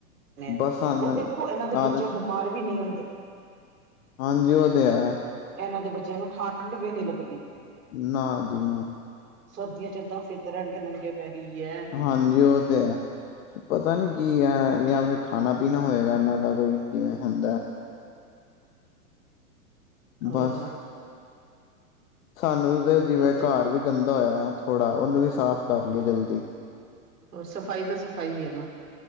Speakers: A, on the right; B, on the left.
A: ਨੇ,
B: ਬਸ ਸਾਨੂੰ
A: ਉਹ ਦੇਖੋ ਇਹਨਾਂ ਦੇ
B: ਆਦਤ
A: ਬੱਚੇ ਬਿਮਾਰ ਵੀ ਨਹੀਂ ਹੁੰਦੇ।
B: ਹਾਂਜੀ ਉਹ ਤੇ ਆ।
A: ਇਹਨਾਂ ਦੇ ਬੱਚਿਆਂ ਨੂੰ ਠੰਡ ਵੀ ਨਹੀਂ ਲੱਗਦੀ।
B: ਨਾ ਜੀ ਨਾ
A: ਸਰਦੀਆਂ 'ਚ ਏਦਾਂ ਫਿਰ ਤੁਰਨ ਗੇ ਨੰਗੇ ਪੈਰੀ ਹੈ।
B: ਹਾਂਜੀ ਉਹ ਤੇ ਹੈ। ਪਤਾ ਨੀ ਕੀ ਆ ਜਾਂ ਫਿਰ ਖਾਣਾ- ਪੀਣਾ ਹੋਏਗਾ ਇਨਾ ਦਾ ਕੋਈ ਜਿਵੇਂ ਹੁੰਦਾ।
A: ਔਰ
B: ਬਸ ਸਾਨੂੰ ਤੇ ਜਿਵੇਂ
A: ਹੋਰ ਚੀਜ਼
B: ਘਰ ਵਿੱਚ ਗੰਦਾ ਹੋਇਆ ਥੋੜਾ ਉਹਨੂੰ ਵੀ ਸਾਫ਼ ਕਰ ਲਈਏ ਜਲਦੀ।
A: ਹੋਰ ਸਫ਼ਾਈ ਤਾਂ ਸਫ਼ਾਈ ਹੀ ਹੈ ਨਾ।